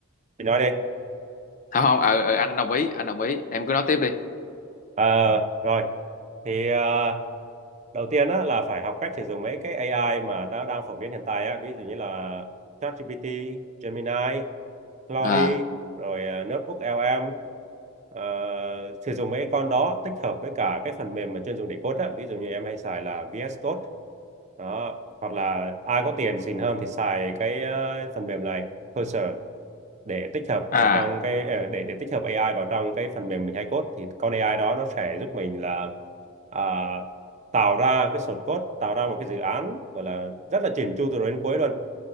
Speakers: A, on the right; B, on the left.
A: chị nói đi
B: không không ờ, ờ, anh đồng ý anh đồng ý em cứ nói tiếp đi
A: Ờ, rồi thì à, đầu tiên á, là phải học cách sử dụng mấy cái AI mà đã đang phổ biến hiện tại á, ví dụ như là ChatGPT, Gemini, Claude
B: à
A: rồi à, Notebook LM Ờ, sử dụng mấy con đó tích hợp với cả cái phần mềm mà chuyên dùng để code á ví dụ như em hay xài là VS Code đó hoặc là ai có tiền xịn hơn thì xài cái ờ, phần mềm này Cursor để tích hợp
B: à
A: vào trong cái ờ, để để tích hợp AI vào trong cái phần mềm mình hay code thì con AI đó nó sẽ giúp mình là à, tạo ra cái source code tạo ra một cái dự án gọi là rất là chỉn chu từ đầu đến cuối luôn